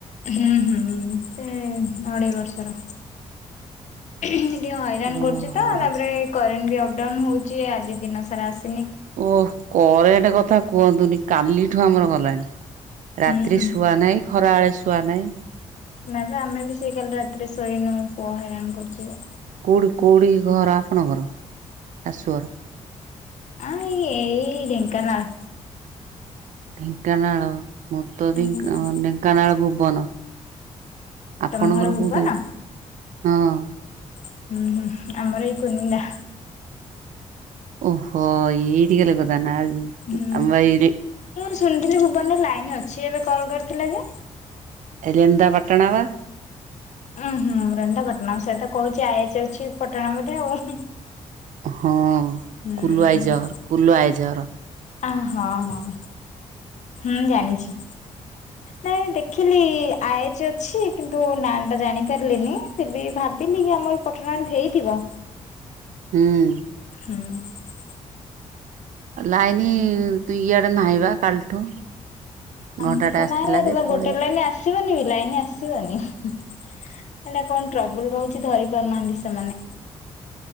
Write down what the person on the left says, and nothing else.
ହୁଁ ହୁଁ ସେ ଅଢେଇ ବର୍ଷର ଟିକେ ହଇରାଣ
କରୁଛି ତ ତାପରେ କରେଣ୍ଟ ବି ଅପଡାଉନ ହଉଛି ଆଜି ଦିନ ସାରା ଆସି
ହୁଁ
ନାଇଁ ବା ଆମେ ବି ସେଇ କାଲି ରାତିରେ ଶୋଇନୁ ପୁଅ ହଇରାଣ କରୁଛୁ ଯେ
ଆଇ ଏଇ ଢେଙ୍କନାଳ।
ହୁଁ
ତମ ଘର ଭୁବନ?
ହୁଁ ହୁଁ ଆମର ଏଇ କୁନିନ୍ଦା।
ହୁଁ
ମୁଁ ଶୁଣିଥିଲି ଭୁବନରେ ଲାଇନ ଅଛି ଏବେ କଲ୍ କରିଥିଲା ଯେ।
ଉଁ ହୁଁଁ ରେଣନ୍ଦା ପାଟଣା ସେଇଆ ତ କହୁଛି ଆଏଚ ଅଛି ପଟଣା ବୋଧେ ଆଉ।
ହୁଁ
ଆ ହଁ ହଁ ହୁଁ ଜାଣିଚି। ନାଇଁ ଦେଖିଲି ଆୟଜ୍ ଅଛି କିନ୍ତୁ ନା ଟା ଜାଣିପାରିଲିନି ଫିର ବି ଭାବ ବିଲ କି ଆମ ଏଇ ପଟଣାରୁ ହେଇଥିବ।
ହୁଁ।
ଆମର
ତ
ନାଇଁ ଏଠି
ତ
ଗୋଟେ ଲାଇନ ଆସିବନି ବି ଲାଇନ ଆସିବନି। ହେନେ କଣ ଟ୍ରବୁଲ ରହୁଚି ଧରି ପାରୁନାହାଁନ୍ତି ସେମାନେ।